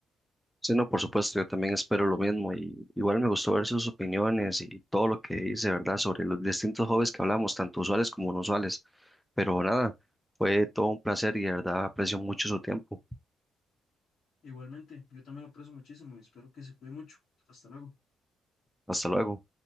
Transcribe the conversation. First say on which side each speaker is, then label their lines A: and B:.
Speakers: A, in the centre; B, on the left.
A: Sí, no, por supuesto, yo también espero lo mismo y igual me gustó ver sus opiniones y todo lo que dice, ¿verdad? Sobre los distintos hobbies que hablamos, tanto usuales como no usuales. Pero nada, fue todo un placer y de verdad aprecio mucho su tiempo.
B: Igualmente, yo también lo aprecio muchísimo y espero que se cuide mucho. Hasta luego.
A: Hasta luego.